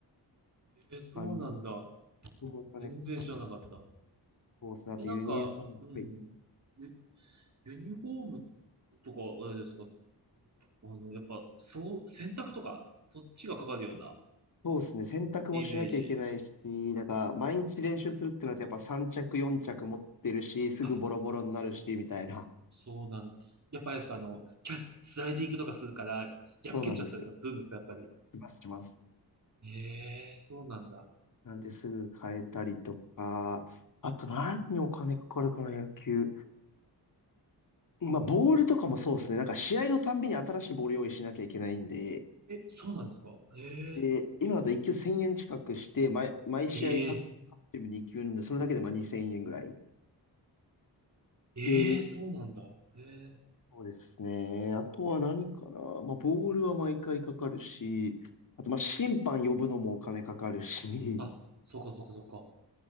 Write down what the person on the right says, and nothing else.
えー、そうなんだ。
全然知らなかった。
え、なんか、うん、
ユ、ユニフォームとか、あれですかあの、やっぱ、そう、洗濯とか、そっちがかかるような
イメージ。
あ、そ
そうなん、やっぱあれですか、あの、キャッ、スライディングとかするから、破けちゃったりとかするんですか、
やっぱり。
ええ、そうなんだ。
え、そうなんですかええ、
ええ、
ええ、
そうなんだ。ええ、
あ、そうか、そうか、そうか。